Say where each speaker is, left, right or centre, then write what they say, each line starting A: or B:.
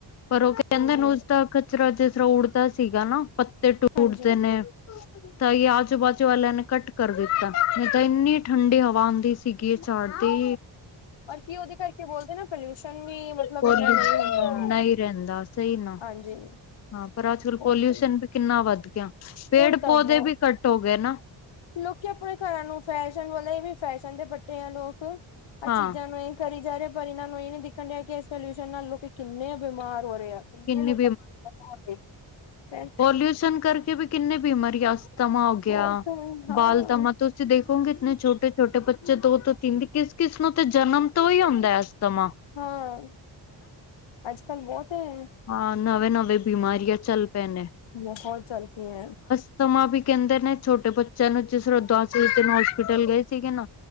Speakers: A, on the left; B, on the left.
A: ਪਰ ਉਹ ਕਹਿੰਦੇ
B: ਹਾਂਜੀ
A: ਉਸਦਾ ਕਚਰਾ ਜਿਸ ਤਰਾ ਉੱਡਦਾ ਸੀਗਾ ਨਾ। ਤੇ ਟੂਟਦੇ
B: ਹਾਂਜੀ
A: ਨੇ ਤਾਂ ਇਹ ਆਜੂ ਬਾਜੂ ਵਾਲਿਆਂ ਨੇ ਕੱਟ ਕਰ ਦਿੱਤਾ ਨਹੀਂ ਤਾਂ ਇੰਨੀ ਠੰਡੀ ਹਵਾ ਹੁੰਦੀ ਸੀਗੀ ਇਹ ਝਾੜਦੀ।
B: ਔਰ ਕੀ ਉਹਦੇ ਕਰਕੇ ਬੋਲਦੇ ਨਾ ਪੋਲਿਊਸ਼ਨ ਵੀ ਮਤਲਬ
A: ਪੋਲਿਊ
B: ਇੰਨਾ ਨਹੀਂ ਹੁੰਦਾ।
A: ਨਹੀਂ ਰਹਿੰਦਾ ਸਹੀ ਨਾ
B: ਹਾਂਜੀ
A: ਹਾਂ ਪਰ ਅੱਜ ਕੱਲ
B: ਉਹ
A: ਪੋਲਿਊਸ਼ਨ ਵੀ ਕਿੰਨਾ ਵੱਧ ਗਿਆ ਪੇੜ
B: ਹੁਣ ਤਾਂ
A: ਪੌਦੇ
B: ਬਹੁਤ
A: ਵੀ ਕੱਟ ਹੋ ਗਏ ਨਾ।
B: ਲੋਕੀ ਆਪਣੇ ਘਰਾਂ ਨੂੰ ਫੈਸ਼ਨ ਵਾਲੇ ਵੀ ਫੈਸ਼ਨ ਦੇ ਬੱਟੇ ਆ ਲੋਕ ਆਹ
A: ਹਾਂ
B: ਚੀਜ਼ਾਂ ਨੂੰ ਇਹ ਕਰੀ ਜਾ ਰਿਹਾ ਪਰ ਇਹ ਨੂੰ ਇਹ ਨ ਨਹੀਂ ਦੇਖਣ ਡਹਾ ਕਿ ਇਸ ਪੋਲਿਊਸ਼ਨ ਨਾਲ ਲੋਕੀ ਕਿੰਨੇ ਬਿਮਾਰ ਹੋ ਰਹੇ ਆ ਕਿੰਨੇ
A: ਕਿੰਨੀ
B: ਲੋਕਾਂ ਨੂੰ ਦਿੱਕਤ ਹੋਣ ਡਈ ਫਿਰ
A: ਪੋਲਿਊਸ਼ਨ ਕਰਕੇ ਵੀ ਕਿੰਨੇ ਬਿਮਾਰੀ ਅਸਤਮਾ ਹੋ ਗਿਆ
B: ਬਹੁਤ ਹਾਂ
A: ਬਾਲ ਤਮਾ ਤੁਸੀਂ ਦੇਖੋਗੇ ਇੰਨੇ ਛੋਟੇ ਛੋਟੇ ਬੱਚੇ ਦੋ ਤੋਂ ਤਿੰਨ ਦੀ ਕਿਸ ਕਿਸ ਨੂੰ ਤੇ ਜਨਮ ਤੋਂ ਹੀ ਆਉਂਦਾ ਇਸ ਸਮਾਂ
B: ਹਾਂ ਅੱਜ ਕੱਲ ਬਹੁਤ ਹੈ।
A: ਹਾਂ ਨਵੇਂ ਨਵੇਂ ਬਿਮਾਰੀਆਂ ਚੱਲ ਪਏ ਨੇ।
B: ਬਹੁਤ ਚੱਲ ਕੀ ਹੈ।
A: ਸਮਾਂ ਵੀ ਕਹਿੰਦੇ ਨੇ ਛੋਟੇ ਬੱਚਿਆਂ ਨੂੰ ਜਿਸ ਰਧਸ ਤਨ ਹੋਸਪਿਟਲ ਗਏ ਸੀਗੇ ਨਾ।